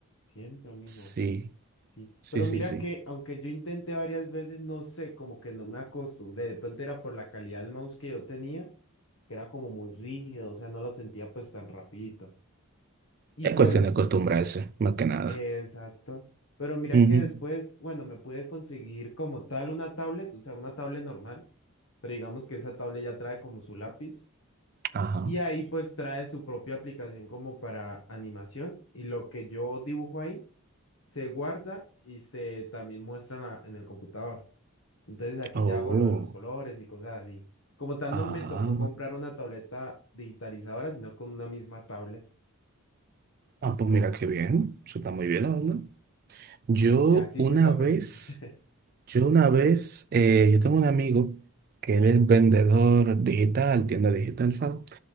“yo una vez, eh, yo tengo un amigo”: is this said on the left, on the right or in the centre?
Right